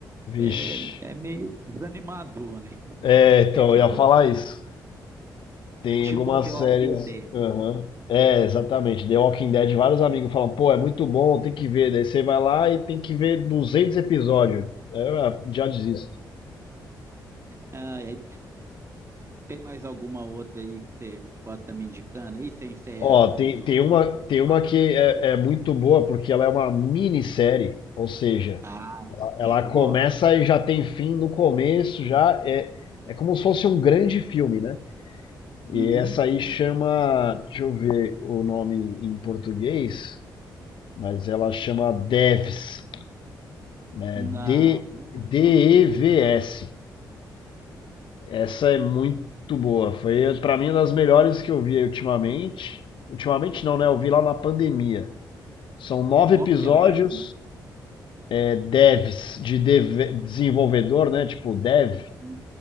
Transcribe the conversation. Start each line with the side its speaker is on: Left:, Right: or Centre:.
Left: Vixe.
Right: é, é meio desanimador, né?
Left: É, então,
Right: É tipo
Left: eu ia falar isso. Tem
Right: É tipo
Left: algumas
Right: um The Walking
Left: séries.
Right: Dead.
Left: Aham. É, exatamente. The Walking Dead, vários amigos falam, pô, é muito bom, tem que ver. Daí você vai lá e tem que ver 200 episódios. É, já desisto.
Right: Ah, e aí tem mais alguma outra aí que você pode estar me indicando? aí sem ser
Left: Ó,
Right: essa
Left: tem,
Right: aí do.
Left: tem uma,
Right: do-
Left: tem uma
Right: Ah,
Left: que é, é muito boa porque ela é uma minissérie, ou seja,
Right: ah,
Left: ela, ela
Right: aí eu
Left: começa
Right: gosto.
Left: e já tem fim no começo, já é, é como se fosse um grande filme, né? E
Right: Uhum.
Left: essa aí chama, deixa eu ver o nome em português, mas ela chama Devs, né?
Right: Não,
Left: D,
Right: nunca
Left: D-E-V-S.
Right: ouvi falar.
Left: Essa é muito boa, foi para mim uma das melhores que eu vi ultimamente. Ultimamente não, né? Eu vi lá na pandemia. São nove
Right: Como
Left: episódios,
Right: que ela chama?
Left: é, devs, de dev- desenvolvedor, né? Tipo, dev,
Right: Uhum.